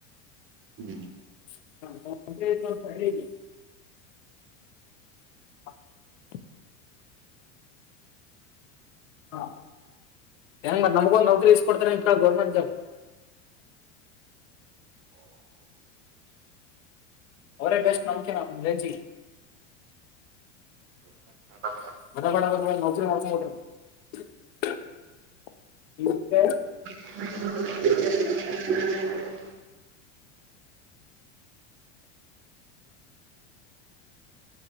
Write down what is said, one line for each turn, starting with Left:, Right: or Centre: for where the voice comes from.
Right: ಹ್ಮ್
Left: <unintelligible> <unintelligible> ಹಾ ಹೆಂಗ ಮತ್ ನಮಗೊಂದ್ ನೌಕರಿ ಇಸ್ಕೊಡ್ತಾರೆಂಗ ಕೇಳ ಗೌರ್ಮೆಂಟ್ ಜಾಬ್ ಅವರೇ ಬೆಸ್ಟ್ ನಮಕಿನ ರೇಂಜಿಗಿ
Right: <unintelligible>
Left: <unintelligible> <inaudible>
Right: <unintelligible>